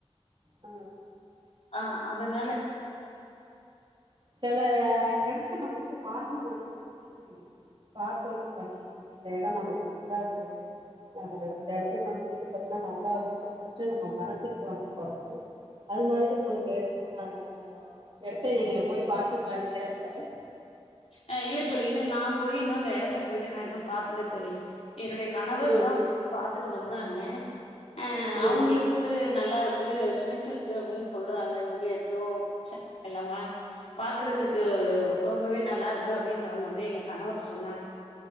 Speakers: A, on the right; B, on the left.
A: ஆ.
B: ஆ அதனால
A: செல இடத்த நம்ம வந்து பார்க்கும் போதே வந்து பிடித்து விடும் பாத்தோனே சரி இந்த எடம் நமக்கு நல்லா இருக்கு ஆ இந்த இடத்துல நம்ம வீடு கட்டுனா நல்லா இருக்குன்னு ஃபர்ஸ்ட்டே நம்ம மனசுக்கு வந்து படு அது மாரி உங்களுக்கு ஏதனமா <unintelligible> இருந்தாவா எடத்த நீங்க எப் பாத்தீங்களா நேரடியாக
B: அ இல்ல தோழி இன்னு நா போய் இன்னும் இந்த இடத்த போயிட்டு நா இன்னு பாக்ல தோழி. என்னுடைய கணவர்
A: ம்
B: தா போயிட்டு பாத்து பாத்துட்டு வந்தாங்க. அ
A: ம்
B: அவங்ளுக்கு நல்லாருக்கு புடிச்சிருக்கு அப்படின்னு சொல்றாங்க வந்து எதுவும் பிரச்சன இல்லாம பாக்குறதுக்கு ரொம்பவே நல்லாருக்கு அப்படின்ற மாரி எங்க கணவர் சொன்னாங்க.